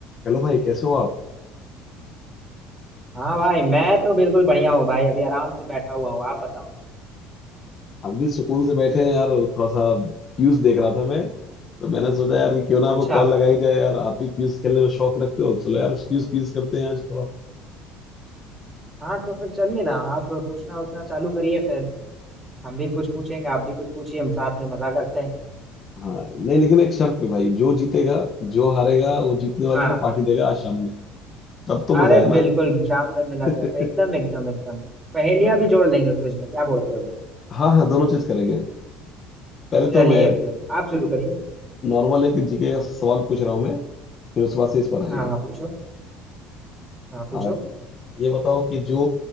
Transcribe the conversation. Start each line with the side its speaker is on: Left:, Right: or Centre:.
Left: Hello भाई कैसे हो आप
Right: हाँ भाई मैं तो बिल्कुल बढ़िया हूँ भाई अभी आराम से बैठा हुआ हूँ आप बताओ
Left: हम भी सुकून से बैठे हैं यार थोड़ा सा क्यूज देख रहा था मैं तो मैंने सोचा यार कि क्यों ना आपको
Right: अच्छा
Left: कॉल लगाई जाए यार आप भी क्यूज खेलने में शौक रखते हो चलो यार क्यूज क्यूज करते हैं आज थोड़ा
Right: हाँ तो फिर चलिए ना आप पूछना उछना चालू करिए फिर हम भी कुछ पूछेंगे आप भी कुछ पूछिए हम साथ में मजा करते हैं
Left: हाँ नहीं लेकिन एक शर्त पे भाई जो जीतेगा जो हारेगा वो जीतने वाले
Right: हाँ
Left: को पार्टी देगा आज शाम में तब तो
Right: अरे
Left: मजा है ना
Right: बिल्कुल शाम में मिला
Left: <laughs>
Right: जाए एकदम एकदम एकदम पहेलियां
Left: हाँ
Right: भी जोड़ लेंगे क्विज में क्या बोलते हो
Left: हाँ हाँ, दोनों चीज करेंगे पहले
Right: चलिए
Left: तो मैं
Right: फिर आप शुरू करिए
Left: नॉर्मल एक जीके का सवाल पूछ रहा हूँ मैं फिर उसके बाद से इस पर आएंगे
Right: हाँ हाँ पूछो हाँ पूछो
Left: आप ये बताओ कि जो